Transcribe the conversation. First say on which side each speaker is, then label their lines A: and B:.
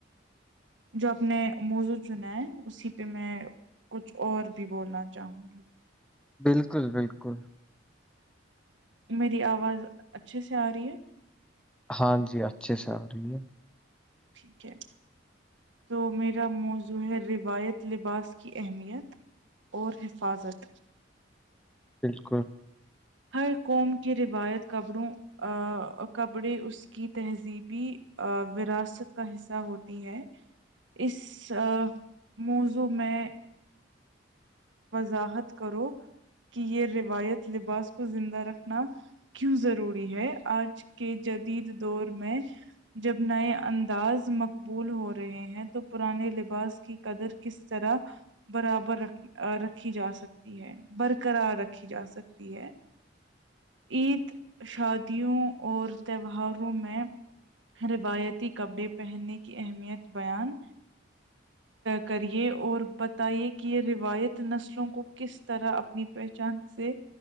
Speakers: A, on the right; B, in the centre.
A: جو اپنے موضوع چنا ہے اسی پہ میں کچھ اور بھی بولنا چاہوں گی
B: بالکل بالکل
A: میری آواز اچھے سے آ رہی ہے
B: ہاں جی اچھے سے آ رہی ہے
A: ٹھیک ہے تو میرا موضوع ہے روایت لباس کی اہمیت اور حفاظت
B: بالکل
A: ہر قوم کے روایت کپڑوں کپڑے اس کی تہذیبی وراثت کا حصہ ہوتی ہے اس موضوع میں وضاحت کرو کہ یہ روایت لباس کو زندہ رکھنا کیوں ضروری ہے آج کے جدید دور میں جب نئے انداز مقبول ہو رہے ہیں تو پرانے لباس کی قدر کس طرح برابر رکھ رکھی جا سکتی ہے برقرار رکھی جا سکتی ہے عید شادیوں اور تہواروں میں روایتی کپڑے پہننے کی اہمیت بیان کرے اور بتائیے کہ یہ روایت نسلوں کو کس طرح اپنی پہچان سے